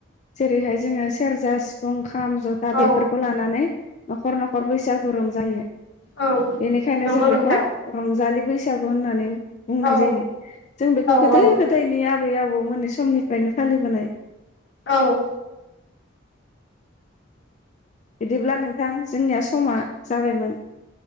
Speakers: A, on the left; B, on the left.
A: जेरैहाय जोङो सेरजा सिफुं खाम जथा
B: औ
A: बेफोरखौ लानानै न'खर न'खर बैसागु रंजायो।
B: औ
A: बेनिखायनो
B: नंगौ
A: जों
B: नोंथां
A: बेखौ रंजालि बैसागु होननान <unintelligible> बुंनाय
B: औ
A: जायो जों बेखौ
B: औ
A: गोदो
B: औ
A: गोदायनि आबै आबौ मोननि समनिफ्रायनो फालिबोनाय
B: औ
A: बिदिब्ला नोंथां जोंनिया समा जाबायमोन